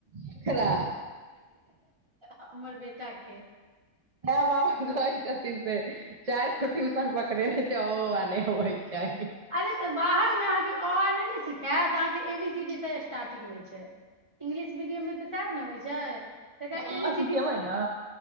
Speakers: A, on the right; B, on the right.
A: एकरा
B: हमर बेट टाके
A: त मामा गै छथि। से चार गो टुइसन पकड़े त अओआ नहि अबै छै
B: अरे तऽ बाहर अहाके अ आ नहि ने सिखायत अहाँके एबी सीडी स स्टार्टिंग होइ छै। इंगलिश मीडियम मे तऽ सएह ने होइ छै।
A: अहाँ
B: ी सीी
A: सिखेबै ने